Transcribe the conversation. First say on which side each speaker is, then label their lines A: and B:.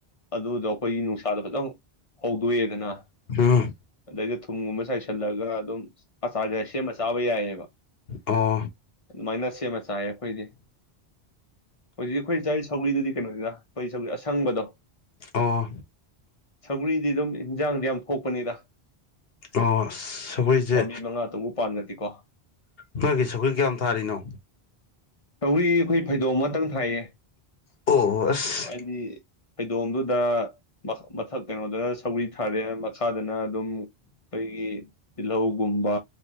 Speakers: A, on the left; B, on the left.
A: ꯑꯗꯨꯗꯣ ꯑꯩꯈꯣꯏꯒꯤ ꯅꯨꯡꯁꯥꯗ ꯐꯖꯅ ꯍꯧꯗꯣꯛꯑꯗꯅ
B: ꯎꯝ
A: ꯑꯗꯩꯗ ꯊꯨꯝꯒꯨꯝꯕ ꯆꯥꯏꯁꯤꯜꯂꯒ ꯑꯗꯨꯝ ꯑꯆꯥꯔꯁꯦ ꯁꯦꯝꯃ ꯆꯥꯕ ꯌꯥꯏꯑꯕ
B: ꯑꯣ
A: ꯑꯗꯨꯃꯥꯏꯅ꯫ ꯁꯦꯝꯃ ꯆꯥ꯫ ꯆꯥꯏ ꯑꯩꯈꯣꯏꯗꯤ꯫ ꯍꯧꯖꯤꯛ ꯑꯩꯈꯣꯏ ꯆꯥꯔꯤ ꯁꯧꯒꯔꯤꯗꯨꯗꯤ ꯀꯩꯅꯣꯅꯤꯗ꯫ ꯍꯣꯏ ꯁꯧꯒꯔ꯭ꯤ ꯑꯁꯪꯕꯗꯣ꯫
B: ꯑꯣ꯫
A: ꯁꯧꯒꯔ꯭ꯤꯗꯤ ꯑꯗꯨꯝ ꯍꯦꯟꯖꯥꯡꯗꯤ ꯌꯥꯝ ꯊꯣꯛꯄꯅꯤꯗ꯫
B: ꯑꯣ ꯁꯧꯒꯔ꯭ꯤꯁꯦ
A: ꯄꯥꯝꯕꯤ ꯃꯉꯥ ꯇꯔꯨꯛ ꯄꯥꯟꯒꯗꯤꯀꯣ
B: ꯅꯣꯏꯒꯤ ꯁꯧꯒꯔ꯭ꯤ ꯀꯌꯥꯝ ꯊꯥꯔꯤꯅꯣ꯫
A: ꯁꯧꯒ꯭ꯔꯤ ꯑꯩꯈꯣꯏ ꯐꯩꯗꯣꯝ ꯑꯃꯇꯪ ꯊꯥꯏꯌꯦ꯫
B: ꯑꯣ꯫ ꯑꯁ
A: ꯍꯥꯏꯗꯤ ꯐꯩꯗꯣꯝꯗꯨꯗ ꯃꯊꯛ ꯀꯩꯅꯣꯗꯅ ꯁꯧꯔꯤ ꯊꯥꯔꯦ ꯃꯈꯥꯗꯅ ꯑꯗꯨꯝ ꯑꯩꯈꯣꯏꯒꯤ ꯇꯤꯜꯂꯧꯒꯨꯝꯕ